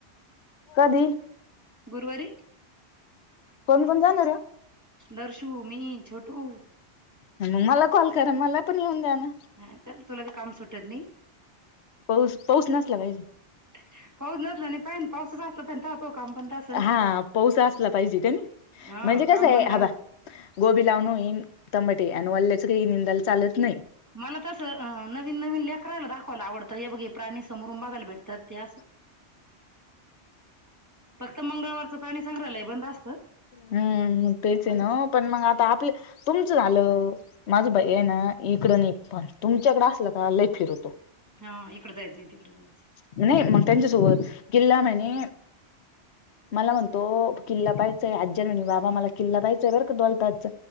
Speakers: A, on the left; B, on the right.
A: कधी?
B: गुरवारी
A: कोण कोण जाणार?
B: दर्शु, मी, छोटु
A: मंग मला कॉल करा मला पण येऊन द्या ना
B: हा चल तुला बी काम सुटत नाही
A: पऊस पाऊस नसला पाहिजे
B: <unintelligible> हो काम बंद ए
A: हा पाऊस असला पाहिजे कनी
B: हा
A: म्हणजे
B: काम
A: कस ए
B: बंद राहिलं
A: गोबी लावणं होइल तंबाटे आणि वल्ल्याच काही निंदाल चालत नाही.
B: मला तसं नवीन नवीन लेकरायला दाखवायला आवडतं हे बघे हे प्राणी समोरून बघायला भेटतात. ते
A: <unintelligible>
B: असं फक्त मंगळवारचं प्राणी संग्रहालय बंद असतं
A: हम्म मग तेच आहे
B: बाकीच
A: ना ओ पण मग आप पापल तुमचं झालं माझं भई ए ना इकडं नी पण तुमच्याकड असलं का लई फिरतो.
B: हा इकडं जायचंय तिकडं जायचं
A: नाही म त्यांच्या सोबत किल्ला मनी मला म्हणतो किल्ला पाहियच आज्जन बाबा मला किल्ला पाहायचंय बरं का दोलताच